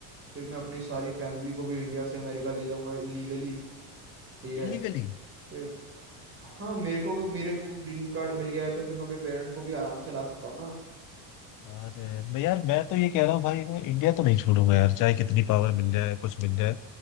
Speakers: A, on the right (about 25°); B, on the left (about 40°).
A: फिर मैं अपनी सारी फैमिली को भी इंडिया से अमेरिका ले जाऊंगा लीगली ठीक है
B: इलीगली
A: फिर हाँ मेरे को मेरे को ग्रीन कार्ड मिल गया है तो फिर मैं अपने पेरेंट्स को भी आराम से ला सकता हूँ ना।
B: अरे मैं यार मैं तो ये कह रहा हूँ भाई मैं इंडिया तो नहीं छोड़ूंगा यार चाहे कितनी पावर मिल जाए कुछ मिल जाए